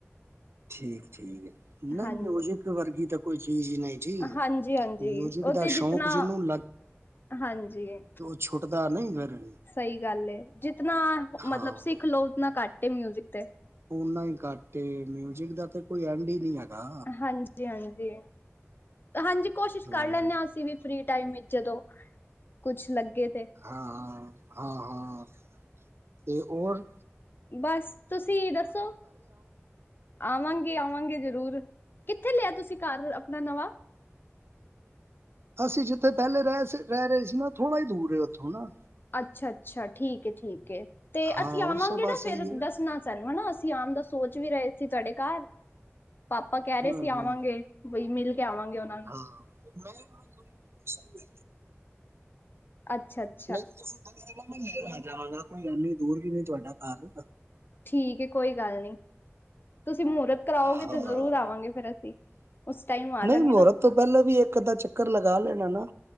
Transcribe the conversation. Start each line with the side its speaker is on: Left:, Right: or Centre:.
Right: ਠੀਕ- ਠੀਕ। ਨਹੀਂ
Left: ਹਾਂਜੀ
Right: ਮਿਊਜਿਕ ਵਰਗੀ, ਤਾਂ ਕੋਈ ਚੀਜ਼ ਹੀ, ਨਹੀਂ। ਜੀ
Left: ਹਾਂਜੀ- ਹਾਂਜੀ।
Right: ਮਿਊਜ਼ਿਕ
Left: ਉਹ
Right: ਦਾ
Left: ਤੇ,
Right: ਸ਼ੌਂਕ
Left: ਜਿਤਨਾ।
Right: ਜਿਹਨੂੰ
Left: ਹਾਂਜੀ।
Right: ਛੁਟਦਾ ਨਹੀਂ, ਫੇਰ।
Left: ਸਹੀ ਗੱਲ ਏ। ਜਿਤਨਾ ਮਤਲਬ
Right: ਹਾਂ
Left: ਸਿੱਖ ਲੋਓ, ਉਤਨਾ ਘੱਟ ਹੈ, ਮਿਊਜਿਕ।
Right: ਔਨਾ ਹੀ ਕੱਟ ਹੈ। ਮਿਊਜਿਕ ਦਾ ਤਾਂ, ਕੋਈ ਐਂਡ ਹੀ ਨੀ ਹੈਗਾ।
Left: ਹਾਂਜੀ- ਹਾਂਜੀ। ਹਾਂਜੀ, ਕੋਸ਼ਿਸ਼
Right: ਹੂੰ
Left: ਕਰ ਲੈਂਦੇ ਹਾਂ। ਅਸੀਂ ਵੀ। ਫ੍ਰਰੀ ਟਾਈਮ ਵਿੱਚ, ਜਦੋਂ ਕੁਛ ਲੱਗੇ ਤੇ।
Right: ਹਾਂ- ਹਾਂ, ਹਾਂ। ਤੇ ਹੋਰ?
Left: ਬਸ ਤੁਸੀਂ ਦੱਸੋ? ਆਵਾਂਗੇ- ਆਵਾਂਗੇ, ਜ਼ਰੂਰ। ਕਿੱਥੇ ਲਿਆ ਤੁਸੀਂ ਘਰ ਆਪਣਾ ਨਵਾਂ?
Right: ਅਸੀਂ ਜਿੱਥੇ ਪਹਿਲੇ, ਰਹਿ, ਰਹਿ ਰਹੇ ਸੀ, ਨਾ। ਥੋੜਾ ਹੀ ਦੂਰ ਹੈ। ਉੱਥੋਂ ਨਾ।
Left: ਅੱਛਾ- ਅੱਛਾ, ਠੀਕ ਏ, ਠੀਕ ਏ।
Right: ਹਾਂ
Left: ਅਸੀਂ ਆਵਾਂਗੇ
Right: ਉਸੇ ਪਾਸੇ
Left: ਨਾ ਫੇਰ
Right: ਹੀ ਹੈ
Left: ਦੱਸਣਾ ਸਾਨੂੰ, ਹਨਾ। ਅਸੀ ਆਨ ਦਾ, ਸੋਚ ਵੀ ਰਹੇ ਤੁਹਾਡੇ ਘਰ। ਪਾਪਾ ਕਹਿ
Right: ਹੂੰ
Left: ਰਹੇ ਸੀ।
Right: ਹੂੰ
Left: ਆਵਾਂਗੇ, ਬਈ ਮਿਲ ਕੇ ਆਵਾਂਗੇ ਉਹਨਾਂ ਨੂੰ।
Right: ਹਾਂ ਮੈਂ <unintelligible>
Left: ਅੱਛਾ।
Right: ਨਹੀਂ ਜਾਵਾਂਗਾ, ਕੋਈ ਗੱਲ ਨੀ, ਦੂਰ ਵੀ ਨਹੀਂ ਤੁਹਾਡਾ ਘਰ।
Left: ਠੀਕ ਕੋਈ ਗੱਲ ਨਹੀਂ। ਤੁਸੀਂ ਮਹੂਰਤ ਕਰਾਓਗੇ
Right: ਹਾਂ
Left: ਤੇ, ਜ਼ਰੂਰ ਆਵਾਂਗੇ ਫੇਰ ਅਸੀਂ। ਉਸ ਟਾਈਮ। ਆ
Right: ਨਹੀਂ
Left: ਜਾਂਗੇ
Right: ਮਹਰਤ
Left: ਨਾ
Right: ਤੋਂ, ਪਹਿਲਾਂ ਵੀ ਇੱਕ- ਅੱਧਾ, ਚੱਕਰ ਲਗਾ ਲੈਣਾ ਨਾ।